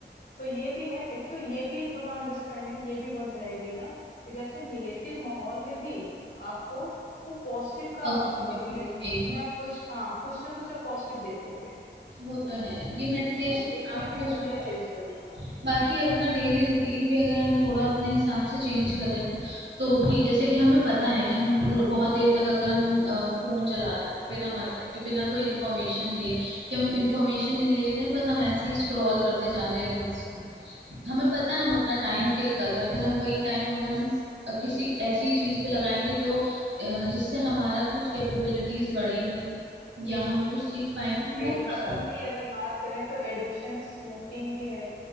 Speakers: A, on the left; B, on the right.
A: तो ये भी है, एक तो ये भी थोड़ा अंडरस्टैंडिंग ये भी बढ़ जाएगी ना कि जैसे निगेटिव माहौल में भी आपको वो पॉजिटिव का
B: पॉजिटिविटी
A: मतलब मिलेगा,
B: दिखेगी
A: उसमें आप कुछ हाँ, कुछ ना कुछ आप पॉजिटिव देख लोगे।
B: वो तो है ये मेडिटेशन
A: है ना
B: से
A: देखने
B: काफी
A: का
B: उसमें
A: नजरिया
B: फर्क
A: चेंज
B: पड़ता
A: कर लेगा।
B: है। बाकी अपना डेली रूटीन भी अगर हम थोड़ा अपने हिसाब से चेंज करें ना तो भी जैसे कि हमें पता है कि हम पूरा बहुत देर तक अगर हम फोन चला रहे हैं बिना मतलब के बिना कोई इन्फॉर्मेशन लिए कि हम इन्फॉर्मेशन नहीं ले रहे हैं बस हम ऐसे ही स्क्रॉल करते जा रहे हैं रील्स पे हमें पता है हम अपना टाइम किल कर रहे हैं अगर हम वही टाइम अगर हम अ, किसी ऐसी चीज पे लगाएंगे जो अ, जिससे हमारा कुछ कैपेबिलिटीज बढ़ेंगी या हम कुछ सीख पाएंगे तो वो
A: एडिक्शन
B: ज्यादा
A: की अगर बात करें तो एडिक्शन स्मोकिंग भी है